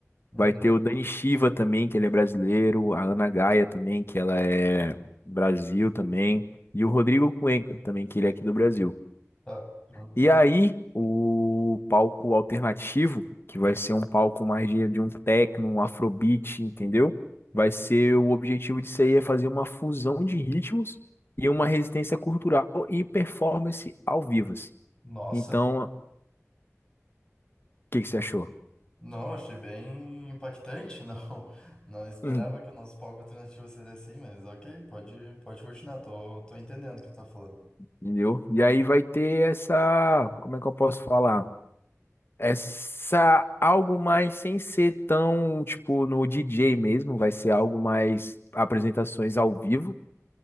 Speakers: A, on the left; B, on the left.
A: Uhum.
B: Vai ter o Dani Shiva também, que ele é brasileiro, a Ana Gaia também, que ela é Brasil também, e o Rodrigo Cuenca também, que ele é aqui do Brasil.
A: Tá, tranquilo.
B: E aí, o palco alternativo, que vai ser um palco mais de, de um techno, um afrobeat, entendeu? Vai ser o objetivo disso aí é fazer uma fusão de ritmos e uma resistência cultural e performance ao vivas.
A: Nossa,
B: Então, o que que você achou? <clears throat>
A: não, achei bem impactante, <laughs> não, não esperava
B: Hum,
A: que o nosso palco alternativo seria assim, mas ok, pode, pode continuar, tô, tô entendendo o que tu tá falando.
B: Entendeu? E aí vai ter essa, como é que eu posso falar? Essa algo mais sem ser tão, tipo, no DJ mesmo, vai ser algo mais apresentações ao vivo,